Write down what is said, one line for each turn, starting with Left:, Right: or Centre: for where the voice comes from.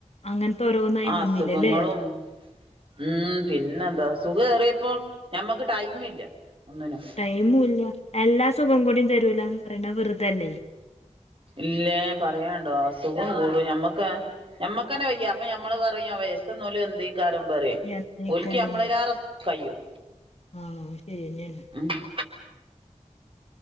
Left: അങ്ങനത്തെ ഓരോന്നായി
Right: അസുഖങ്ങളും
Left: വന്നില്ല ല്ലേ
Right: ഉം പിന്നെ എന്താ സുഖം കേറിയപ്പോൾ ഞമ്മക്ക് ടൈമ് ഇല്ല. ഒന്നിനും
Left: ടൈമും ഇല്ല. എല്ലാ സുഖം കൂടിയും തരൂലാന്ന് പറയുന്ന വെറുതേയല്ലേ.
Right: ഇല്ലാ പറയാ ഉണ്ടോ അസുഖം കൂടും. ഞമ്മക്ക് <unintelligible> ഞമ്മക്കന്നെ വയ്യ അപ്പ ഞമ്മള് പറയാ വേ സ്‌റ്റ്‌ ന്നോലും എന്തെ കാരം പറ
Left: യാത്രക്കാരം
Right: ഓൽക്കി അമ്മളായിരം കയ്യും.
Left: ആഹ് ശരി തന്നെയാണ്
Right: ഉം